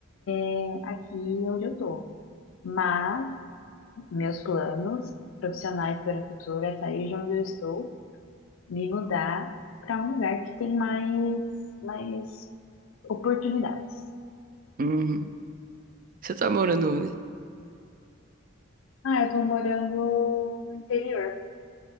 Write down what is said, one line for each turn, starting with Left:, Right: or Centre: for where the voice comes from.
Left: né, aqui onde eu tô. Mas meus planos profissionais para o futuro é sair de onde eu estou me mudar para um lugar que tem mais, mais oportunidades.
Right: Uhum. Você tá morando onde?
Left: Ah, eu tô morando no interior.